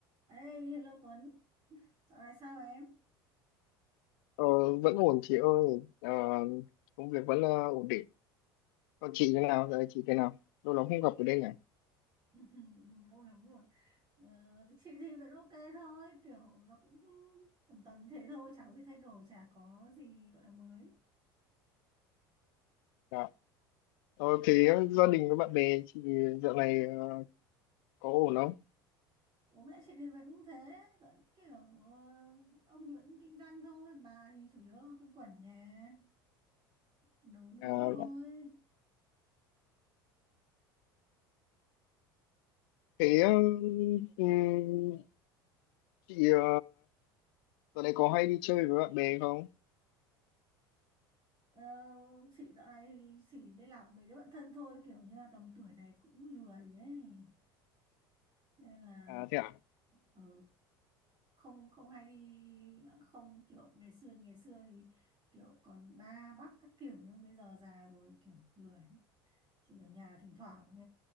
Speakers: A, on the right; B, on the left.
A: Ê, hello Tuấn, dạo này sao em?
B: Ờ, vẫn ổn chị ơi Ờ, công việc vẫn ờ, ổn định còn chị thế nào giờ chị thế nào lâu lắm không gặp ở đây nhỉ
A: <laughs> Lâu lắm rồi. Ờ, chị thì vẫn ok thôi, kiểu nó cũng tầm tầm thế thôi, chả có gì thay đổi, chả có gì gọi là mới.
B: dạ. ờ, thế ờ, gia đình với bạn bè chị dạo này ờ, có ổn không
A: Bố mẹ chị thì vẫn thế, vẫn kiểu ờ, ông thì vẫn kinh doanh thôi, bà thì chủ yếu quanh quẩn nhà, nấu nướng
B: à,
A: thôi.
B: thế ờ, ừm, chị ờ, dạo này có hay đi chơi với bạn bè không
A: Ờ, chị dạo này thì chỉ liên lạc với đứa bạn thân thôi, kiểu như là tầm tuổi này cũng lười ấy. Nên là
B: à thế à
A: ừ không không hay đi không kiểu ngày xưa như ngày xưa thì kiểu còn ba bắp các kiểu nhưng bây giờ già rồi kiểu lười lắm. chỉ ở nhà thỉnh thoảng